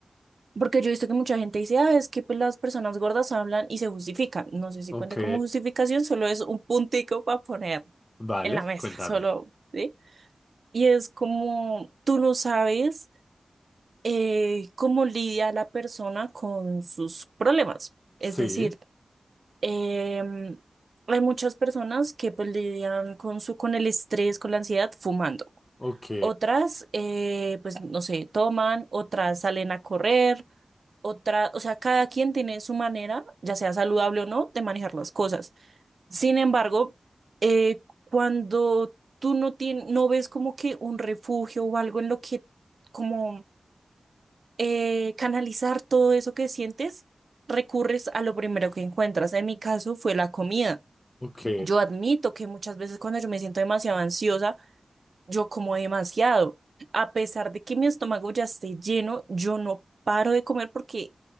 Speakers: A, on the right; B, on the left.
A: Porque yo he visto que mucha gente dice, ah, es que pues, las personas gordas hablan y se justifican. No sé si
B: Ok,
A: cuenta como justificación, solo es un puntico para poner
B: vale,
A: en la mesa,
B: cuéntame.
A: solo, ¿sí? Y es como tú no sabes eh, cómo lidia la persona con sus problemas. Es
B: Sí,
A: decir, em, hay muchas personas que pues lidian con su, con el estrés, con la ansiedad, fumando.
B: ok,
A: Otras, eh, pues no sé, toman, otras salen a correr otra, o sea, cada quien tiene su manera, ya sea saludable o no, de manejar las cosas. Sin embargo, eh, cuando tú no tien- no ves como que un refugio o algo en lo que como eh, canalizar todo eso que sientes, recurres a lo primero que encuentras. En mi caso fue la comida.
B: ok,
A: Yo admito que muchas veces cuando yo me siento demasiado ansiosa, yo como demasiado. A pesar de que mi estómago ya esté lleno, yo no paro de comer porque